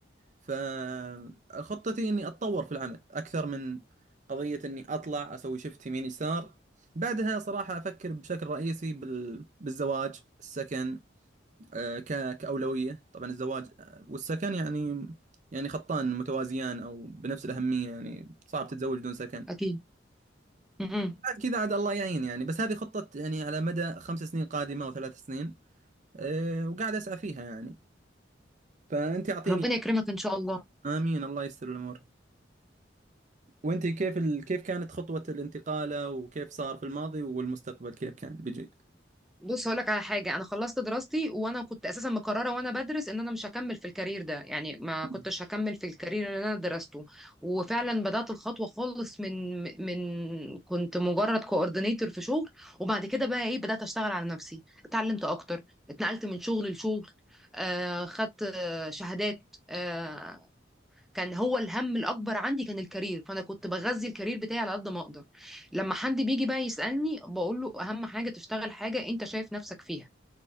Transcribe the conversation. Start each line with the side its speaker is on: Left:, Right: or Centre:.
Right: فخطتي اني اتطور في العمل اكثر من قضية اني اطلع اسوي شفت يمين يسار بعدها صراحة أفكر بشكل رئيسي بال... بالزواج السكن آه، ك- كأولوية طبعا الزواج آه، والسكن يعني يعني خطان متوازيان أو بنفس الأهمية يعني صعب تتزوج بدون سكن
Centre: اكيد م-م.
Right: بعد كذا عاد الله يعين يعني بس هذه خطة يعني على مدى خمس سنين قادمة أو ثلاث سنين أه وقاعد أسعى فيها يعني فأنت أعطيني
Centre: ربنا
Right: كذا.
Centre: يكرمك ان شاء الله
Right: آمين الله يسر الأمور وأنت كيف ال... كيف كانت خطوة الانتقالة وكيف صار في الماضي والمستقبل كيف كان بيجي
Centre: بص هقول لك على حاجه انا خلصت دراستي وانا كنت اساسا مقرره وانا بدرس ان انا مش هكمل في الكارير ده يعني ما
Right: <laughs>
Centre: كنتش هكمل في الكارير اللي انا درسته وفعلا بدات الخطوه خالص من من كنت مجرد كوردينيتور في شغل وبعد كده بقى ايه بدات اشتغل على نفسي اتعلمت اكتر اتنقلت من شغل لشغل آه خدت آه، شهادات آه كان هو الهم الاكبر عندي كان الكارير فانا كنت بغذي الكارير بتاعي على قد ما اقدر لما حد بيجي بقى يسالني بقول له اهم حاجه تشتغل حاجه انت شايف نفسك فيها